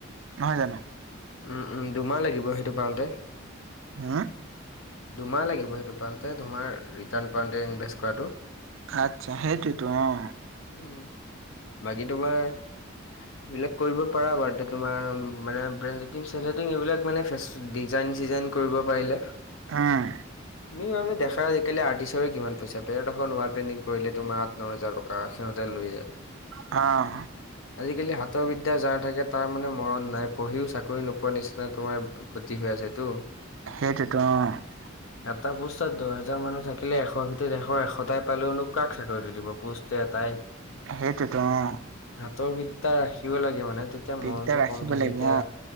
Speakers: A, on the right; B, on the left.
A: নহয় জানো? <inaudible>
B: উম-উম। দুমাহ লাগিব সেইটো পাওঁতে। <inaudible>
A: হম
B: দুমাহ লাগিব সেইটো পাওঁতে। তোমাৰ ৰিটাৰ্ণ পাণ্টতে ইনভেষ্ট কৰাটোঋ <inaudible>
A: আচ্ছা! সেইটোৱেইতো অঁ! <unintelligible>
B: উম! বাকী তোমাৰ এইবিলাক কৰিব <unintelligible> পাৰা বাৰ্ত তোমাৰ মানে <inaudible> ব্ৰেণ্ডেডিং-চেডেডিং এইবিলাক মানে <unintelligible> ডিজাইন-চিজাইন কৰিব পাৰিলে।
A: উম! <inaudible>
B: তুমি দেখা আজিকালি আৰ্টিষ্টৰে কিমান পইচা। <inaudible> এডখ ৱাল পেইণ্টিং কৰিলে তোমাৰ আঠ, ন হাজাৰ টকা সিহঁত <inaudible> <unintelligible> লৈ যায়।
A: অঁ! <unintelligible>
B: আজিকালি হাতৰ বিদ্যা যাৰ থাকে তাৰ মানে মৰণ নাই। পঢ়িও চাকৰি নোপোৱা নিচিনা <inaudible> <inaudible> তোমাৰ গতি হৈ আছেটো।
A: সেইটোৱেইতো অঁ! <unintelligible>
B: এটা পোষ্টত দহেজাৰ মানুহ থাকিলে এশৰ ভিতৰত এশ। এশটাই পালেওনো কাক চাকৰিটো দিব পোষ্ট <inaudible> <unintelligible> এটাই।
A: সেইটোৱেইতো অঁ! <inaudible>
B: হাতৰ বিদ্যা ৰাখিব লাগে মানে তেতিয়া
A: দিগদাৰ
B: মৰণটো
A: ৰাখিব
B: কম থাকে।
A: লাগিব
B: <inaudible> এতিয়া
A: অ